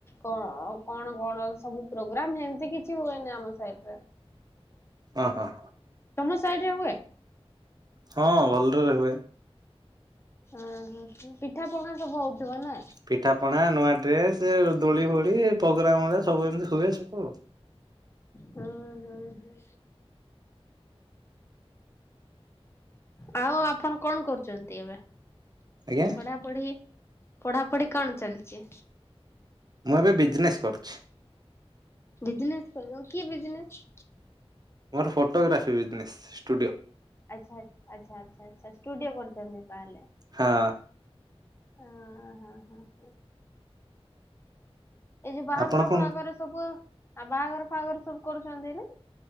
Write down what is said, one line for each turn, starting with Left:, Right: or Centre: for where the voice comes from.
Left: କଣ କଣ କଣ ସବୁ ପ୍ରୋଗ୍ରାମ ଏମତି କିଛି ହୁଏନି ଆମ ସାଇଟରେ।
Right: ହଁ ହଁ।
Left: ତମ ସାଇଡ ରେ ହୁଏ?
Right: ହଁ ଭଲରେ ହୁଏ।
Left: ଓହୋ ପିଠା ପଣା ସବୁ ହଉଥିବ ନା?
Right: ପିଠା ପଣା ନୂଆ ଡ୍ରେସ ଦୋଳି ଫୋଳି ପ୍ରୋଗ୍ରାମ ସବୁ ଏମିତି ହୁଏ ସବୁ ଆଉ।
Left: ହଁ ହଁ ହଁ। ଆଉ ଆପଣ କଣ କରୁଛନ୍ତି ଏବେ
Right: ଆଜ୍ଞା
Left: ପଢା ପଢି ପଢାପଢି କଣ ଚାଲିଛି?
Right: ମୁଁ ଏବେ ବିଜନେସ୍ କରୁଛି।
Left: ବିଜନେସ କଲ କି ବିଜନେସ?
Right: ମୋର ଫଟୋଗ୍ରାଫି ବିଜନେସ୍ ଷ୍ଟୁଡିଓ।
Left: ଆଚ୍ଛା ଆଚ୍ଛା ଆଚ୍ଛା ଆଛା ଷ୍ଟୁଡିଓ କରିଛନ୍ତି ତାହେଲେ।
Right: ହଁ।
Left: ଅ ହଁ ହଁ ହଁ। ଏଇ ଯୋଉ ବାହାଘର
Right: ଆପଣ କଣ
Left: ପାହାଘର ସବୁ ଆଉ ବାହାଘର ପାହାଘର ସବୁ କରୁଛନ୍ତି ନା?